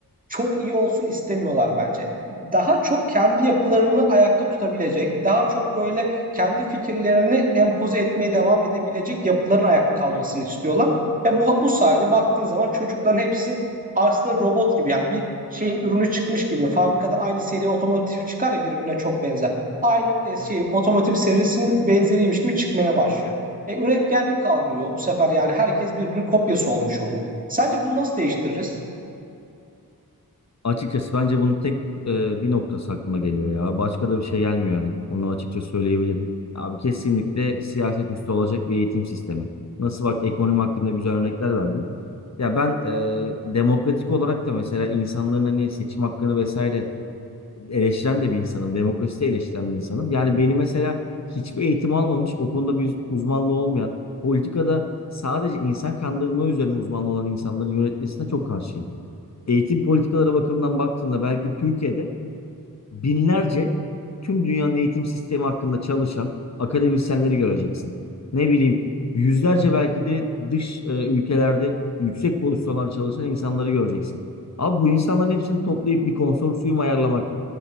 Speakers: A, on the right; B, on the left.
A: çok iyi olsun istemiyorlar bence. Daha çok kendi yapılarını ayakta tutabilecek, daha çok böyle kendi fikirlerini empoze etmeye devam edebilecek yapıların ayakta kalmasını istiyorlar. Ve bu, bu sayede baktığın zaman çocukların hepsi aslında robot gibi yani bir şeyin ürünü çıkmış gibi. Fabrikadan aynı seri otomotiv çıkar ya birbirine çok benzer. Aynı e, şey
B: Evet.
A: otomotiv serisinin benzeriymiş gibi çıkmaya başlıyor. E, üretkenlik kalmıyor bu sefer yani herkes birbirinin kopyası olmuş oluyor. Sence bunu nasıl değiştiririz?
B: Açıkçası bence bunun tek e, bir noktası aklıma geliyor ya. Başka da bir şey gelmiyor yani. Onu açıkça söyleyebilirim. Abi kesinlikle siyaset üstü olacak bir eğitim sistemi. Nasıl bak ekonomi hakkında güzel örnekler verdin. Ya ben e, demokratik olarak da mesela insanların hani seçim hakkını vesaire eleştiren de bir insanım. Demokrasi de eleştiren bir insanım. Yani beni mesela hiçbir eğitim almamış, o konuda bir uzmanlığı olmayan, politikada sadece insan kandırma üzerine uzmanlı olan insanları yönetmesine çok karşıyım. Eğitim politikaları bakımından baktığında belki Türkiye'de binlerce tüm dünyanın eğitim sistemi hakkında çalışan akademisyenleri göreceksin. Ne bileyim yüzlerce belki de dış e, ülkelerde yüksek pozisyonlarda çalışan insanları göreceksin. Abi bu insanların hepsini toplayıp bir konsorsiyum ayarlamak,